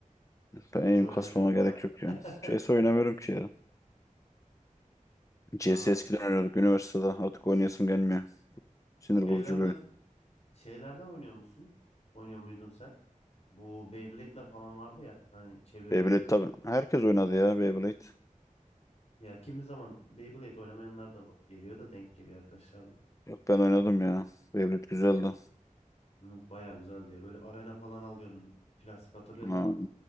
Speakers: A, on the left (about 50°); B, on the left (about 25°).
A: CS
B: Ben eğim
A: oynarken
B: kasmama
A: falan.
B: gerek yok ya.
A: <laughs>
B: C S oynamıyorum ki ya. C
A: Daha
B: S eskiden oynuyorduk üniversitede. Artık oynayasım gelmiyor. Sinir
A: şeylerden
B: bozucu bir oyun.
A: şeylerden oynuyor musun? Oynuyor muydun sen? Bu Beyblade'ler falan vardı ya. Hani çevriliyordu.
B: Beyblade tabii. Herkes oynadı ya Beyblade.
A: Ya kimi zaman Beyblade oynamayanlar da geliyor da denk geliyor arkadaşlar da.
B: Yok ben oynadım ya. Beyblade güzeldi.
A: Bunlar Bayağı güzel diye. Böyle arena falan alıyorsun. Plastik hatırlıyorsun
B: Ha,
A: değil mi?